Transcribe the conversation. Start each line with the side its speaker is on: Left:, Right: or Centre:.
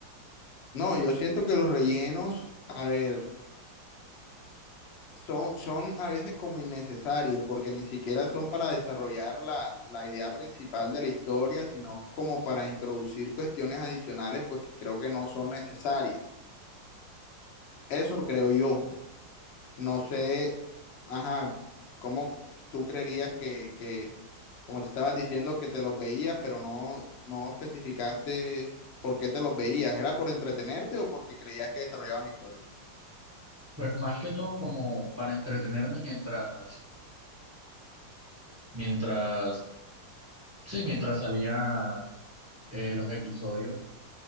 Left: No, yo siento que los rellenos, a ver, son, son a veces como innecesarios, porque ni siquiera son para desarrollar la, la idea principal de la historia, sino como para introducir cuestiones adicionales, pues que creo que no son necesarias. Eso creo yo. No sé, ajá, cómo tú creerías que, que como te estabas diciendo, que te los veías, pero no, no especificaste por qué te los veías. ¿Era por entretenerte o porque creías que desarrollaban la historia?
Right: Pues más que todo como para entretenerme mientras, mientras, sí, mientras salía eh, los episodios